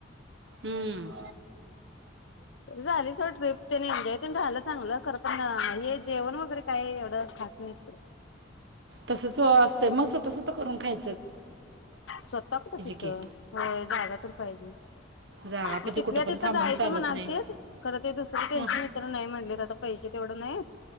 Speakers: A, on the right; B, on the left.
A: हम्म.
B: झाली सोड ट्रिप त्यानी एन्जॉयपण झालं चांगलं. खरं पण अ हे जेवण वगैरे काय एवढं खास नाही तिकडं.
A: तसंच असतंय म स्वता स्वता करून खाई
B: स्वतः कुठ तिथं?
A: की
B: होय जागा तर पाहिजे.
A: जागा पाहिजे
B: म तिथल्या
A: कुठं पण
B: तिथं
A: थांबून
B: जायचं
A: चालत
B: म्हणालतीत.
A: नाही
B: खरं ते दुसरं त्यांची
A: हं.
B: मित्र नाही म्हणलीत आता पैसे तेवढं नाहीत.